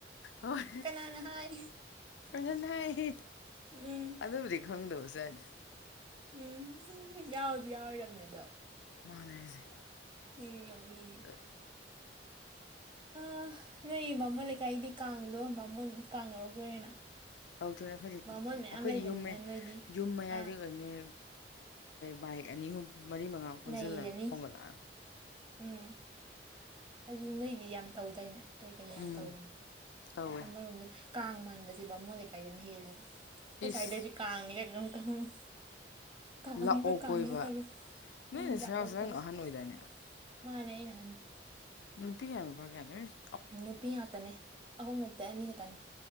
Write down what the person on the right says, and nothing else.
ꯀꯅꯥꯅ ꯍꯥꯏ
ꯎꯝ
ꯎꯝ ꯍꯨ ꯍꯨ ꯌꯥꯎꯁꯨ ꯌꯥꯎꯔꯣꯢꯗꯕꯅꯦ ꯑꯗꯣ
ꯎꯝ ꯅꯣꯛꯅꯤꯡꯉꯤ
ꯑ ꯅꯣꯏ ꯕꯥꯃꯣꯟ ꯂꯩꯀꯥꯏꯗꯤ ꯀꯥꯡꯗꯣ ꯕꯥꯃꯣꯟ ꯀꯥꯡ ꯌꯧꯔꯛꯇꯣꯔꯦꯅ
ꯕꯥꯃꯣꯟ ꯃꯌꯥꯝ
ꯂꯩꯕꯅꯤꯅ
ꯅꯣꯏꯗꯤ
ꯑꯥ
ꯅꯩꯔꯅꯤ
ꯎꯝ ꯑꯗꯨ ꯅꯣꯏꯗꯤ ꯌꯥꯝ ꯇꯧꯗꯥꯏꯅꯦ ꯀꯩꯀꯩ ꯌꯥꯝ
ꯇꯧꯕꯅꯤ
ꯑꯁ ꯑꯃꯔꯣꯝꯗ ꯀꯥꯡ ꯃꯥꯟꯕꯕꯁꯤ ꯕꯥꯃꯣꯟ ꯂꯩꯀꯥꯏꯗꯅ ꯍꯦꯜꯂꯦ ꯍꯥꯏꯕ ꯑꯩꯈꯣꯏ
ꯁ꯭ꯋꯥꯏꯗꯗꯤ ꯀꯥꯡꯅꯤ ꯀꯥꯢꯅ ꯀꯩ ꯈꯪꯉꯣꯢ ꯀꯥꯡꯃꯟꯒ꯭ꯔꯦ
ꯀꯥꯡꯅꯇꯕ꯭ꯔ
ꯂꯥꯛꯑꯣ
ꯑꯈꯣꯢ
ꯁꯤꯗ
ꯃꯥꯅꯦ ꯑꯩꯅ ꯑꯍꯟꯅꯤ
ꯅꯨꯄꯤ ꯉꯥꯛꯇꯅꯦ ꯑꯍꯨꯝ ꯅꯠꯇꯦ ꯑꯅꯤ ꯈꯛꯇꯅꯤ